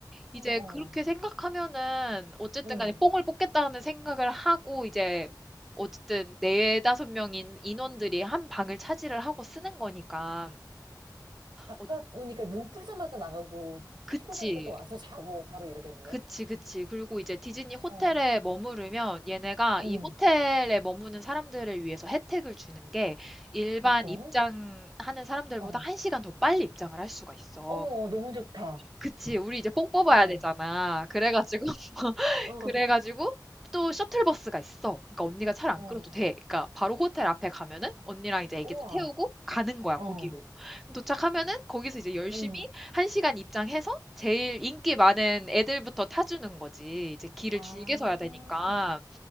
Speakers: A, in the centre; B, on the right.
A: 이제
B: 어,
A: 그렇게 생각하면은 어쨌든
B: 응
A: 간에 뽕을 뽑겠다는 생각을 하고 이제 어쨌든 네다섯 명인 인원들이
B: 음.
A: 한 방을 차지를 하고 쓰는 거니까
B: 아까
A: 어,
B: 보니까 눈 뜨자마자 나가고,
A: 그치
B: 피곤하니까 또 와서 자고 바로 이러겠네.
A: 그치 그치 그리고 이제 디즈니 호텔에
B: 어.
A: 머무르면 얘네가
B: 응,
A: 이 호텔에 머무는 사람들을 위해서 혜택을 주는 게 일반
B: 어떤?
A: 입장하는 사람들보다
B: 어.
A: 한시간더 빨리 입장을 할 수가 있어.
B: 어머, 너무 좋다.
A: 그치, 우리 이제 뽕 뽑아야
B: 어,
A: 되잖아. 그래가지고, <laughs>
B: 어,
A: 그래가지고, 또 셔틀버스가 있어. 그러니까 언니가 차를 안
B: 어.
A: 끌어도 돼. 그러니까 바로 호텔 앞에 가면은 언니랑 이제 애기들
B: 우와,
A: 태우고 가는 거야,
B: 어,
A: 거기로. 그럼 도착하면은 거기서 이제 열심히
B: 응.
A: 한시간 입장해서 제일 인기 많은 애들부터 타주는 거지. 이제 길을
B: 아,
A: 줄게 서야 되니까.